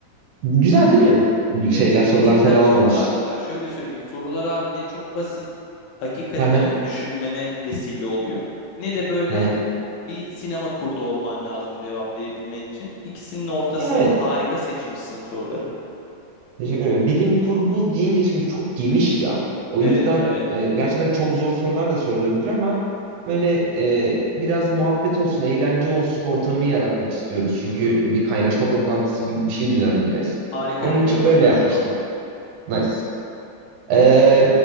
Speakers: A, on the right (about 80°); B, on the left (about 75°).
A: güzel değil mi?
B: E,
A: Şeyler
B: beklediğimden
A: sorular fena
B: çok
A: olmamış.
B: daha güzel. Şöyle söyleyeyim. Sorular abi ne çok basit hakikaten
A: Hı hı.
B: hani düşünmeme vesile oluyor. Ne de böyle
A: Hı hı.
B: bir sinema kurdu olman lazım cevaplayabilmen için. İkisinin ortasında
A: Ya Evet.
B: harika seçmişsin soruları.
A: Teşekkür ederim. Bilim kurgu deyince şimdi çok geniş ya. O
B: Evet,
A: yüzden
B: evet.
A: e, gerçekten çok zor sorular da sorulabilir ama böyle e, biraz muhabbet olsun, eğlence olsun ortamı yaratmak istiyoruz. Çünkü
B: Hı hı,
A: bir kaynaşma toplantısı gibi bir şey düzenleyeceğiz.
B: hı. Harika
A: Onun
B: gidiyor
A: için böyle
B: bence
A: yapmıştım.
B: şu an.
A: Nice. E,